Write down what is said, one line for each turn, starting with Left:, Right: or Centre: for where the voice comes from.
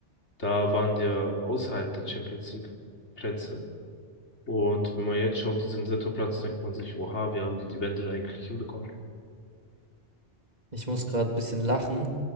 Left: da waren die ja außerhalb der Champions League Plätze. Und wenn man jetzt schaut, die sind dritter Platz, denkt man sich, oha, wir haben die, die Wende eigentlich hinbekommen.
Right: Ich muss gerade ein bisschen lachen,